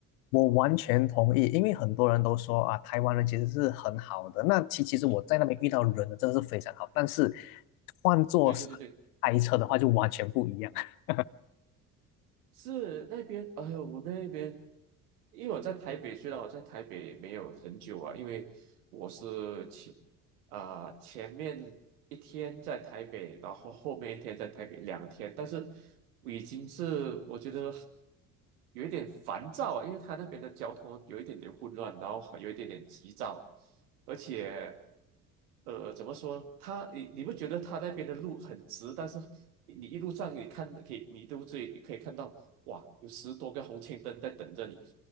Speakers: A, on the left; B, on the right.
A: 我完全同意，因为很多人都说啊，台湾人其实是很好的。那其其实我在那边遇到人呢，真的是非常好。但是换做是
B: 对对对对，
A: 开车的话，就完全不一样。<laughs>
B: 是那边，哎呦，我那边，因为我在台北，虽然我在台北没有很久啊，因为我是前啊、前面一天在台北，然后后面一天在台北两天，但是我已经是我觉得有一点烦躁啊，因为他那边的交通有一点点混乱，然后还有一点点急躁，而且，呃，怎么说？呢？他你你不觉得他那边的路很直？但是你你一路上你看的可以，你都最可以看到，哇，有十多个红绿灯在等着你。